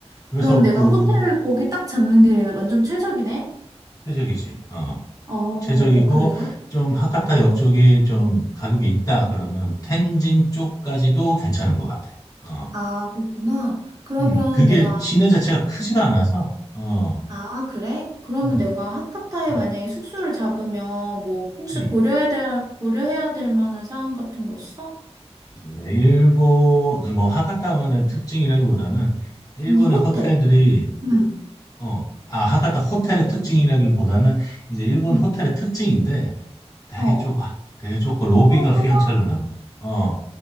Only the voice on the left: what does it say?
그래서
그
최적이지. 어.
최적이고
좀 하카타 역 쪽이 좀 가격이 있다 그러면 텐진 쪽까지도 괜찮은 것 같아. 어.
음, 그게
시내 자체가 크지가 않아서, 어,
음,
음,
음.
이제 일본, 뭐, 하카타만의 특징이라기보다는, 일본의
호텔들이,
어, 아, 하카타 호텔의 특징이라기보다는, 이제 일본
호텔의 특징인데, 되게
좁아. 되게 좁고, 로비가
휘황찬란하고, 어,